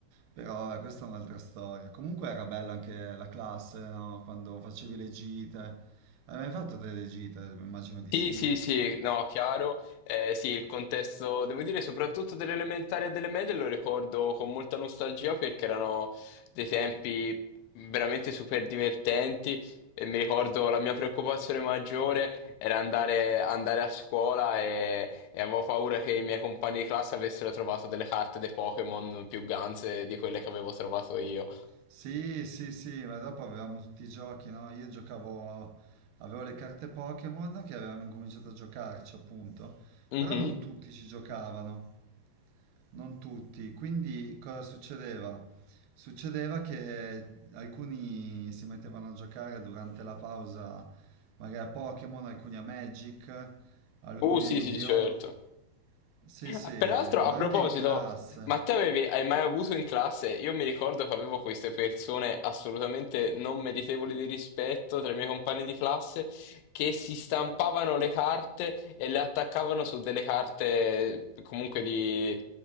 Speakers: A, on the right (about 75°); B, on the left (about 80°).
A: Però vabbè, questa è un'altra storia. Comunque era bella anche la classe, no? Quando facevi le gite. Hai mai fatto delle gite? Immagino di
B: Sì,
A: sì.
B: sì, sì, no, chiaro. Eh, sì, il contesto, devo dire, soprattutto delle elementari e delle medie lo ricordo con molta nostalgia perché erano dei tempi veramente super divertenti e mi ricordo la mia preoccupazione maggiore era andare, andare a scuola e, e avevo paura che i miei compagni di classe avessero trovato delle carte dei Pokémon più ganze di quelle che avevo trovato io.
A: Sì, sì, sì, ma dopo avevamo tutti i giochi, no? Io giocavo, avevo le carte Pokémon che avevamo incominciato a giocarci, appunto,
B: Mhm.
A: però non tutti ci giocavano. Non tutti, quindi cosa succedeva? Succedeva che alcuni si mettevano a giocare durante la pausa, magari a Pokémon, alcuni a Magic, alcuni
B: Uh, sì,
A: a Yu-Gi-Oh!
B: sì, certo.
A: Sì, sì,
B: Ah, Peraltro,
A: ma
B: a proposito,
A: anche in classe.
B: ma te avevi, hai mai avuto in classe? Io mi ricordo che avevo queste persone assolutamente non meritevoli di rispetto tra i miei compagni di classe che si stampavano le carte e le attaccavano su delle carte comunque di,